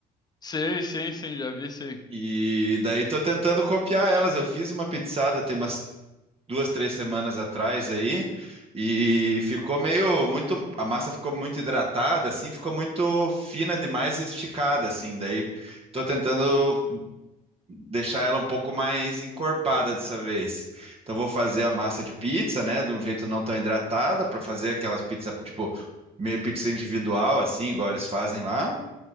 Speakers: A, on the left (about 25°); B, on the right (about 35°).
A: Sim, sim, sim, já vi, sim.
B: E daí tô tentando copiar elas. Eu fiz uma pizzada tem umas duas, três semanas atrás aí e ficou meio muito, a massa ficou muito hidratada assim, ficou muito fina demais e esticada assim. Daí tô tentando deixar ela um pouco mais encorpada dessa vez. Então vou fazer a massa de pizza, né, de um jeito não tão hidratada para fazer aquelas pizzas tipo meio pizza individual assim, igual eles fazem lá.